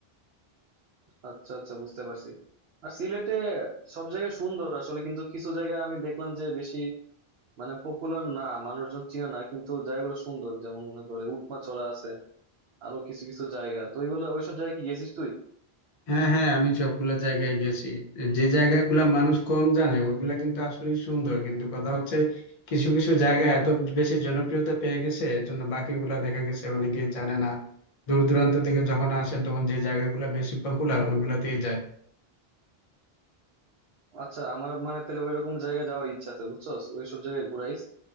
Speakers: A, on the right (about 75°); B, on the left (about 45°).
A: আচ্ছা আচ্ছা বুঝতে পারছি আর সিলেটে সব জায়গায় সুন্দর আসলে কিন্তু কিছু জায়গায় আমি দেখলাম যে বেশি মানে পপুলার না মানুষজন চিনে না কিন্তু জায়গাগুলো সুন্দর যেমন মনে করে উৎমাছড়া আছে আরো কিছু কিছু জায়গা তো ওইগুলো ওইসব জায়গায় কি গেছিস তুই
B: হ্যাঁ হ্যাঁ আমি সবগুলা জায়গায় গেছি যে জায়গাগুলা মানুষ কম জানে ওইগুলা কিন্তু আসলে সুন্দর কিন্তু কথা হচ্ছে কিছু কিছু জায়গা এত বেশি জনপ্রিয়তা পেয়ে গেছে এর জন্য বাকিগুলা দেখা গেছে অনেকে জানে না দূর দূরান্ত থেকে যখন আসেন তখন যে জায়গাগুলা বেশি পপুলার ওইগুলাতেই যায়
A: আচ্ছা আমার মানে তাহলে ওইরকম জায়গায় যাওয়ার ইচ্ছা আছে বুঝছস ওইসব জায়গায় ঘুরাইস